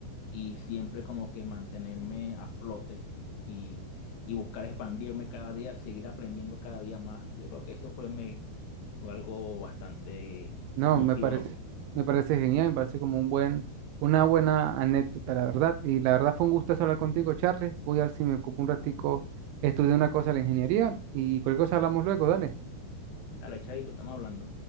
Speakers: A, on the left; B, on the right.
A: y siempre como que mantenerme a flote y, y buscar expandirme cada día, seguir aprendiendo cada día más. Y yo creo que eso fue me- algo bastante
B: No,
A: motivador.
B: me parece, me parece genial, me parece como un buen, una buena anécdota, la verdad. Y la verdad fue un gusto hablar contigo, Charles. Voy a ver si me ocupo un ratico, estudié una cosa de la ingeniería y cualquier cosa hablamos luego, dale.
A: Dale, Chaito, estamos hablando.